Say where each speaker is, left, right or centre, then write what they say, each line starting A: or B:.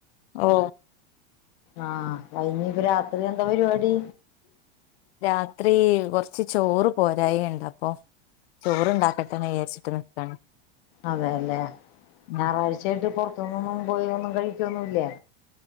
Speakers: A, on the left; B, on the left.
A: ഓ
B: ആഹ് അയിഞ്ഞി ഇപ്പ രാത്രി എന്താ പരുപാടി
A: രാത്രി കൊറച്ച് ചോറ് പോരായികയൊണ്ട് അപ്പോ ചോറണ്ടാക്കട്ടെ വിചാരിച്ചിട്ട് നിക്കാണ്
B: അതെല്ലെ
A: ഉം
B: ഞാറാഴ്ചായിട്ട് ഇപ്പോ പൊറത്തുനൊന്നും പോയൊന്നും കഴിക്കൊന്നുല്ലെ